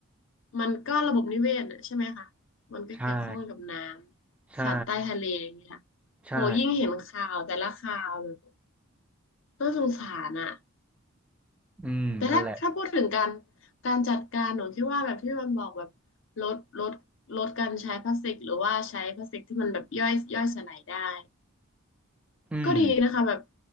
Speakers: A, on the left; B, in the centre.
A: มันก็ระบบนิเวศอะใช่ไหมคะมันก็เกี่ยวข้องกับน้ำสัตว์ใต้ทะเลอย่างเนี่ย
B: ใช่ใช่ ใช่
A: โอ้ยิ่งเห็นข่าวแต่ละข่าวแบบน่าสงสารอะ
B: อืมนั่นแหละ
A: แต่ถ้าถ้าพูดถึงการการจัดการหนูคิดว่าแบบที่มันบอกแบบลดลดลดการใช้พลาสติกหรือว่าใช้พลาสติกที่มันแบบย่อยย่อยสลายได้
B: อืม
A: ก็ดีนะคะแบบ